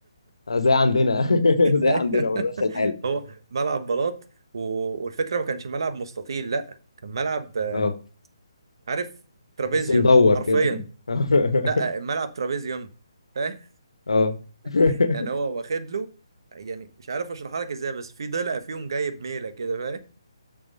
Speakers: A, on the left (about 80°); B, on the right (about 55°).
A: آه، زي عندنا <laughs> زي
B: ايوه
A: عندنا برضه نفس الحال
B: <laughs> هو ملعب بلاط و- والفكره ما كانش ملعب مستطيل لا كان ملعب آه،
A: اه
B: عارف ترابيزيوم
A: تحسه مدور
B: حرفيا
A: كده <laughs>
B: لا الملعب ترابيزيوم فاهم
A: اه <laughs>
B: <laughs> يعني هو واخد له يعني مش عارف اشرحها لك ازاي بس في ضلع فيهم جايب ميله كده فاهم